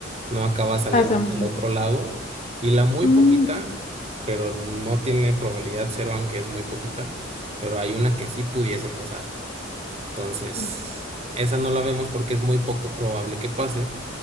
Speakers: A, on the right (about 35°); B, on the left (about 40°).
A: no acaba saliendo
B: pasa un
A: del
B: poquito.
A: otro lado. Y la muy
B: Mm,
A: poquita, pero no tiene probabilidad cero, aunque es muy poquita, pero hay una que sí pudiese pasar. Entonces,
B: ok.
A: esa no la vemos porque es muy poco probable que pase,